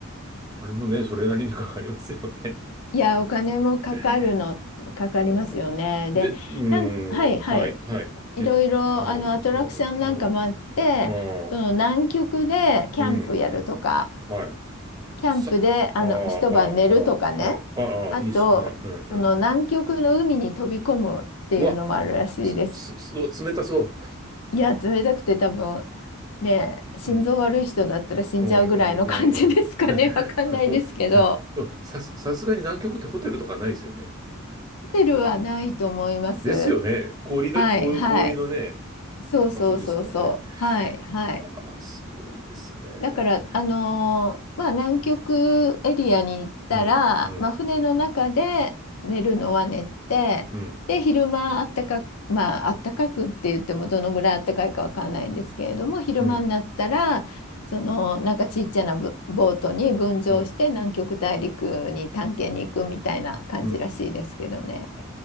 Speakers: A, on the right; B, on the left.
A: お金もね、それなりにかかりますよね。
B: いや、お金もかかるの、
A: <laughs>
B: かかりますよね。
A: おーで、
B: で、
A: うー
B: なんか、はいはい。
A: ん、はい、はい。
B: でいろいろ、
A: うん、うん、
B: あの、アトラクションなんかもあって、
A: うん、うん、あー
B: その南極でキャンプやるとか、
A: うん、はい。
B: キャンプで、
A: さ、
B: あの、
A: あー、あー、
B: 一晩寝るとかね。
A: あー、あー、
B: あと、
A: あー、あいいっすね。うん、
B: その南極の海に飛び込むっていうのもあるらしいです。
A: うん。うわ、す、す、すうわ冷たそ
B: いや、冷たくて多分、ね、心臓悪い人だったら死んじゃうぐらいの感じですかね。
A: う。うん。うんうんうんう
B: わかんないですけど、
A: ん。<laughs> そう、ぜさ、さすがに南極ってホテルとかないですよね。
B: ホテルはないと思います。
A: ですよね。氷だ、
B: はいはい。
A: こ氷のね、
B: そうそうそうそう。
A: 場所ですからね。
B: はいはい。
A: いやー、すごいですね。
B: だから、あのーまあ、南極エリアに行ったら、
A: うん、うん、
B: まあ、船の中で寝るのは寝て、
A: うん、
B: で、昼間あったかく、まあ、あったかくって言ってもどのぐらいあったかいかわかんないんですけれども、昼間になったら、
A: うん、
B: その、なんかちっちゃなボボートに分乗して南極大陸に探検に行くみたいな感じらしいですけどね。
A: うん、うん。あ